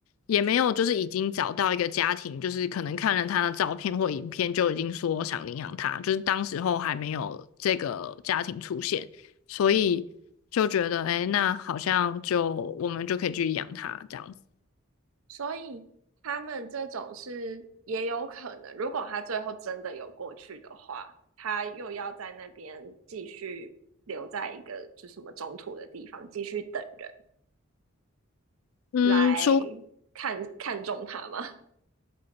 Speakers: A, on the left; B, on the right.
A: 也没有，就是已经找到一个家庭，就是可能看了他的照片或影片就已经说想领养他，就是当时候还没有这个家庭出现，所以就觉得，哎，那好像就我们就可以去养他这样子。
B: 所以他们这种是也有可能，如果他最后真的有过去的话，他又要在那边继续留在一个就什么中途的地方，继续等人
A: 嗯，
B: 来
A: 出。
B: 看看中他嘛。<laughs>